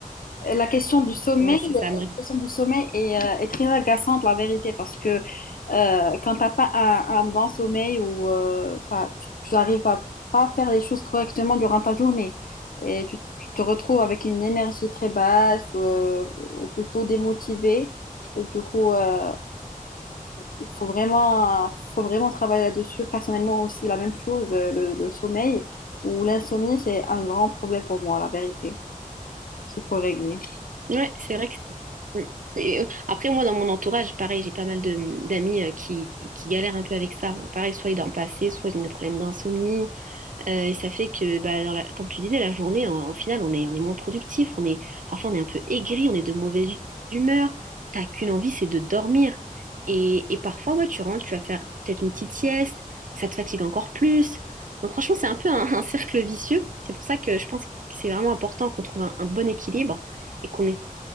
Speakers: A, on the left; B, on the right.
A: la question du sommeil,
B: ouais, c'est
A: euh,
B: ça, à me
A: la question du sommeil est, euh, est très agaçante, la vérité, parce que euh, quand t'as pas un, un bon sommeil ou euh, enfin, tu tu arrives à pas faire les choses correctement durant ta journée et tu, tu te retrouves avec une énergie très basse euh, ou plutôt démotivée. Et du coup, euh, il faut vraiment, faut vraiment travailler là-dessus. Personnellement aussi, la même chose, euh, le, le sommeil ou l'insomnie, c'est un grand problème pour moi, la vérité, qu'il faut régler.
B: Ouais, c'est vrai que c'est- Mm. C'est- Après, moi, dans mon entourage, pareil, j'ai pas mal de mmh, d'amis euh, qui, qui galèrent un peu avec ça. Bon, Pareil, soit ils dorment pas assez, soit ils ont des problèmes d'insomnie. Euh, et ça fait que, bah, alors, la- comme tu disais, la journée, en- au final, on est, on est moins productif. On est, parfois, on est un peu aigri, on est de mauvaise hu- humeur. T'as qu'une envie, c'est de dormir. Et, et parfois, ouais, tu rentres, tu vas faire peut-être une petite sieste. Ça te fatigue encore plus. Donc, franchement, c'est un peu un, un cercle vicieux. C'est pour ça que je pense que c'est vraiment important qu'on trouve un un bon équilibre et qu'on